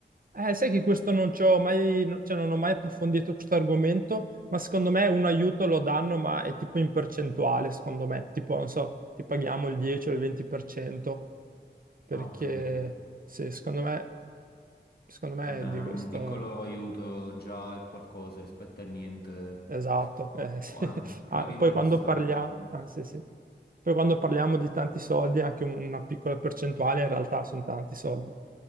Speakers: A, on the right; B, on the left.
A: Eh, sai che questo non ci ho mai, no- cioè non ho mai approfondito questo argomento, ma secondo me un aiuto lo danno, ma è tipo in percentuale, secondo me, tipo, non so, ti paghiamo il 10 o il 20%. perché
B: Ah, ho capito.
A: sì, secondo me, secondo me
B: Vabbè,
A: è di questo
B: un piccolo aiuto già è qualcosa rispetto a niente.
A: esatto. eh, <laughs> sì.
B: Wow,
A: Ah,
B: mega interessante.
A: poi quando parliamo, ah, sì, sì. Poi quando parliamo di tanti soldi, anche un- una piccola percentuale in realtà sono tanti soldi.